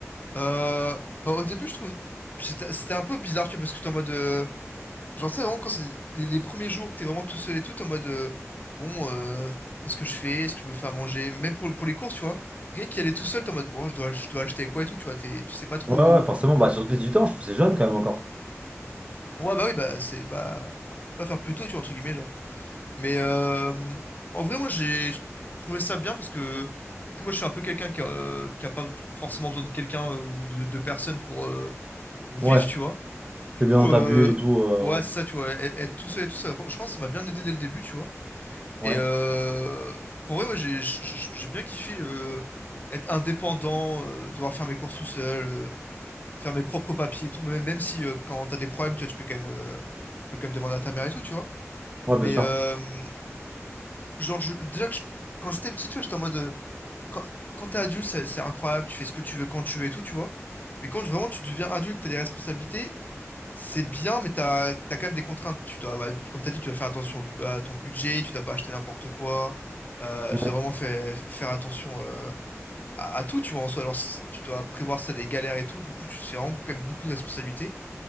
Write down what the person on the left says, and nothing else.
Euh, bah, au début, je trouve, c'était c'était un peu bizarre, tu vois, parce que j'étais en mode, euh, genre, tu sais, vraiment, quand c'est les, les premiers jours que t'es vraiment tout seul et tout, t'es en mode, euh, bon, euh, qu'est-ce que je fais? Est-ce que je me fais à manger? Même pour, pour les courses, tu vois, rien qu'y aller tout seul, t'es en mode, bon, je dois, je dois acheter quoi et tout, tu vois, t'es, tu sais pas trop.
Ouais, bah oui, bah, c'est, bah, pas faire plus tôt, tu vois, entre guillemets, genre. Mais, euh, en vrai, moi, j'ai trouvé ça bien parce que, tu sais, moi, je suis un peu quelqu'un qui, a- euh, qui a pas forcément besoin de quelqu'un ou de, de personne pour, euh, pour vivre,
tu vois. Du
coup,
euh,
ouais,
c'est ça, tu vois, être, être tout seul et tout ça. Fr- Je pense que ça m'a bien aidé dès le début, tu vois.
Et euh, en vrai, ouais, j'ai j'ai- j'ai bien kiffé euh, être indépendant, euh, devoir faire mes courses tout seul, euh, faire mes propres papiers et tout, même, même si euh, quand t'as des problèmes, tu vois, tu peux quand même, euh, tu peux quand même demander à ta mère et tout, tu vois.
Mais
euh, genre, je- déjà que je- quand j'étais petit, tu vois, j'étais en mode, euh, quand, quand t'es adulte, c'est c'est incroyable, tu fais ce que tu veux quand tu veux et tout, tu vois. Mais quand vraiment tu deviens adulte, t'as des responsabilités. C'est bien, mais t'as, t'as quand même des contraintes. Tu dois, ouais, comme t'as dit, tu dois faire attention au bu- à ton budget, tu dois pas acheter n'importe quoi. Euh,
tu dois vraiment fa- faire attention euh, à, à tout, tu vois, en soi. Alors, si tu dois prévoir ça des galères et tout, du coup, tu- c'est vraiment quand même beaucoup de responsabilités.